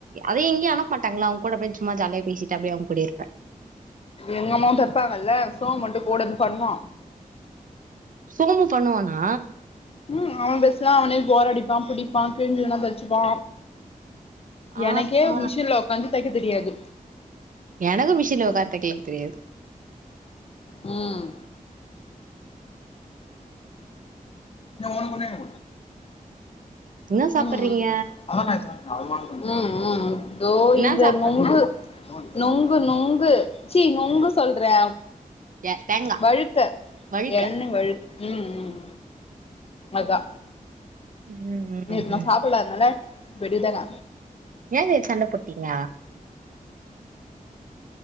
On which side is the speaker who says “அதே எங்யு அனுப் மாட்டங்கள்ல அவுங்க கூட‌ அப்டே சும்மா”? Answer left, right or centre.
Right